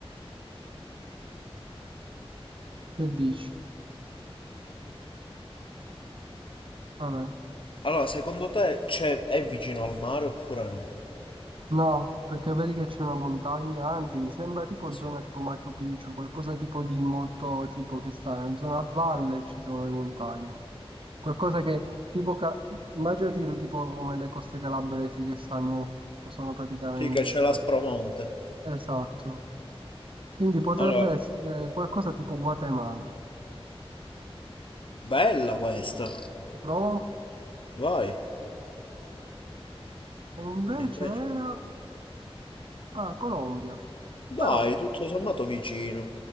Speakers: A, on the right (about 55°); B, on the left (about 55°).
A: Che dici? Vabbè.
B: Allora, secondo te c'è, è vicino al mare oppure no?
A: No, perché vedi che c'è una montagna, anzi, sembra tipo
B: Sì.
A: zona tipo Machu Picchu, qualcosa tipo di molto tipo che sta in una zona a valle e ci sono le montagne. Qualcosa che tipo, ca- immaginati il tipo come le coste calabresi che stanno, sono praticamente...
B: Sì, che c'è la
A: eh,
B: Spromonte.
A: Esatto. Quindi potrebbe
B: Allora,
A: essere qualcosa tipo Guatemala.
B: bella questa.
A: Ci provo.
B: Vai.
A: E invece
B: E invece?
A: era...
B: eh?
A: Ah, Colombia.
B: Dai,
A: Però
B: tutto sommato vicino.